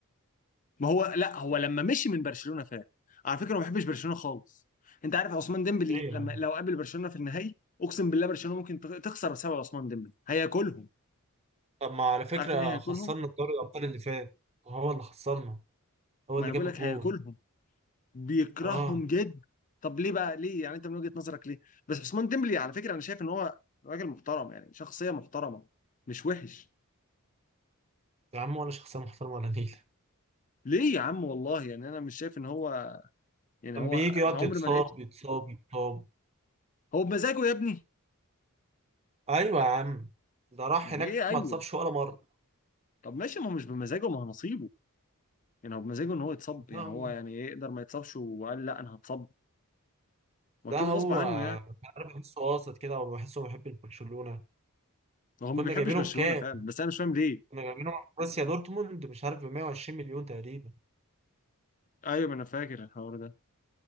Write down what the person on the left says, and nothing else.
ما هو لا هو لما مشي من برشلونه فات على فكره ما بحبش برشلونه خالص انت عارف عثمان ديمبلي
لما لو قابل برشلونه في النهائي اقسم بالله برشلونه ممكن تخسر بسبب عثمان ديمبلي هياكلهم
عارف ايه هياكلهم
ما
انا
بقول لك
هياكلهم بيكرههم
جدا طب ليه بقى ليه يعني انت من وجهة نظرك ليه بس عثمان ديمبلي على فكرة انا شايف ان هو راجل محترم يعني شخصية محترمة مش وحش
ليه يا عم والله يعني انا مش شايف ان هو يعني
هو
انا
عمري
ما لقيته
هو بمزاجه يا ابني
يعني
ايه ايوه
طب ماشي ما هو مش بمزاجه ما هو نصيبه يعني هو بمزاجه ان هو يتصب
يعني هو يعني إيه يقدر ما يتصبش وقال لا انا هتصب واكيد
غصب عنه يعني
هو
ما بيحبش
برشلونة
فعلا بس انا مش فاهم ليه
ايوه ما انا فاكر الحوار ده